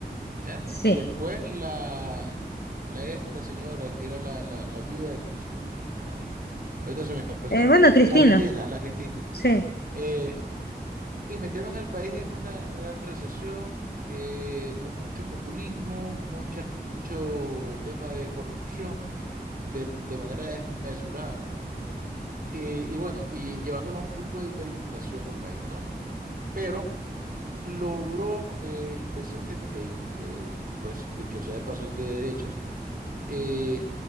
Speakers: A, on the right; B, on the left.
A: ¿ya?
B: Sí.
A: Y después la, la esta señora que era la, la, la viuda de Kirchner, la- ahorita se me escapó el
B: Eh,
A: nombre,
B: bueno, Cristina,
A: la Cristina, la Cristina.
B: sí,
A: Eh, y metieron al país en una gran recesión, eh, con mucho populismo, mucha, mucho tema de corrupción de de manera desmesurada. Eh, y bueno, y llevándolo a un punto de hiperinflación al país, ¿no? Pero logró eh, el presidente Milei, que pues dicho sea de paso es de derecha, eh,